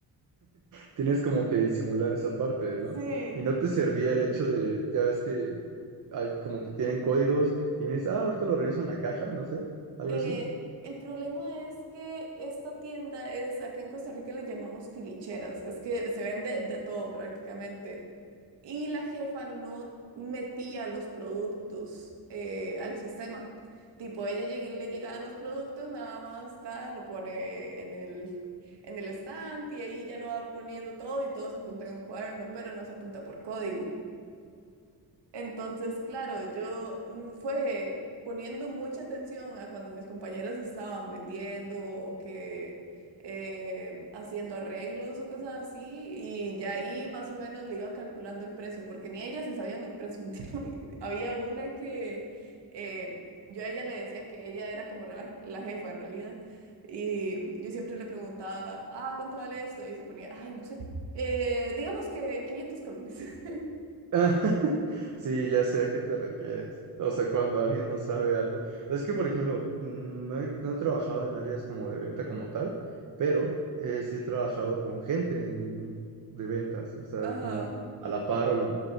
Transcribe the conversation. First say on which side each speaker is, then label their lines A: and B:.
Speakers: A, on the right (about 50°); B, on the right (about 80°).
A: Tienes como que disimular esa parte, ¿no?
B: <laughs> Sí,
A: Y no te servía el hecho de, ya ves que hay como que tienen códigos y me dices, ah, ahorita lo reviso en la caja, no sé, algo
B: Eh,
A: así.
B: el problema es que esta tienda es, acá en Costa Rica le llamamos tilicheras, es que se vende de todo prácticamente. Y la jefa no metía los productos eh, al sistema. Tipo, ella lleg- le llegaban los productos, nada más está, lo pone en el, en el stand y ahí ya lo va poniendo todo y todo se apunta en un cuaderno, pero no se apunta por código. Entonces, claro, yo mm, fue poniendo mucha atención a cuando mis compañeras estaban vendiendo o que eh, haciendo arreglos o cosas así, y ya ahí más o menos le iba calculando el precio, porque ni ellas se sabían el precio. <laughs> Había una que eh, yo a ella le decía que ella era como la, la jefa en realidad, y yo siempre le preguntaba, ah, ¿cuánto vale esto? Y se ponía, ay, no sé, eh, digamos que quinientos colones. <laughs>
A: <laughs> Sí, ya sé a qué te refieres. O sea, cuando alguien no sabe algo. Es que, por ejemplo, mm, no he, no he trabajado en áreas como de venta como tal, pero eh, sí he trabajado con gente en- de ventas, o sea,
B: Ajá.
A: como a la par o la...